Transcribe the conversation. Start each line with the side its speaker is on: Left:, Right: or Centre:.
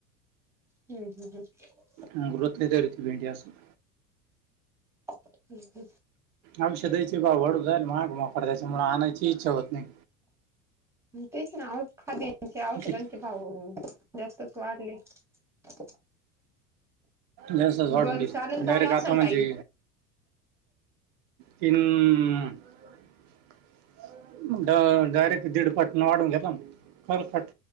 Centre: हम् हम् ह
Right: अ गृती वेटी अस अस
Centre: हम् ह
Right: आयुष्य द्यायचे बा वड जाल महाग मफ दयच मु आणायची इच्छा होत नाही
Centre: तेच ना ओ खाद्याच्या औषधांचे
Right: किती
Centre: भाव जास्तच वाढले <unintelligible>
Right: जास् वाडून
Centre: बरं
Right: घ
Centre: चालेल झाला
Right: डारे आता
Centre: असेल
Right: म्हणजे
Centre: टाइम.
Right: किन <unintelligible> डायरेक्ट दीड पट वाढून घेतला करपट